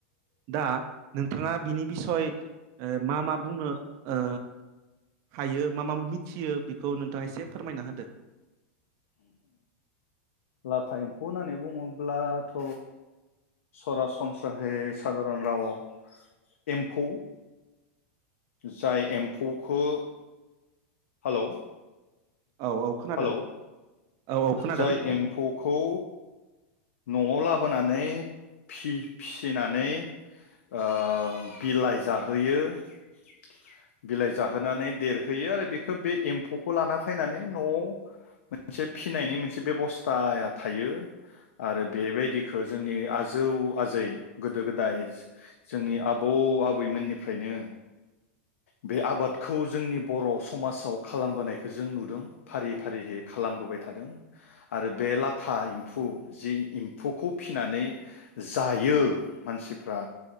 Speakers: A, on the right; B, on the left.
A: दा नोंथाङा बिनि बिसय ओ मा मा ओ बुंनो ओ हायो मा मा मिथियो बेखौ नोंथाङा एसे फोरमायना होदो।
B: लाथा एम्फौ होननानै बुङोब्लाथ' सरासनस्राहै सादारन रावआव एम्फौ जाय एम्फौखो हालौ
A: औ औ खोनादों
B: हालौ
A: औ औ खोनादों
B: जाय एम्फौखौ
A: बुं
B: न'आव ला लाबोनानै फि-फिसिनानै ओ बिलाइ जाहोयो <inaudible> बिलाइ जाहोनानै देरहोयो आरो बेखौ बे एम्फौखौ लाना फैनानै न'आव मोनसे फिसिनायनि मोनसे बेबस्थाया थायो। आरो बेबायदिखो जोंनि आजौ आजै गोदो गोदाय जोंनि आबौ आबैमोननिफ्रायनो बे आबादखौ जोंनि बर' समाजाव खालामबोनाय बखौ जों नुदों फारि फारिहै खालामबोबाय थादों आरो बे लाथा एम्फौ जि एम्फौखौ फिसिनानै जायो मानसिफ्रा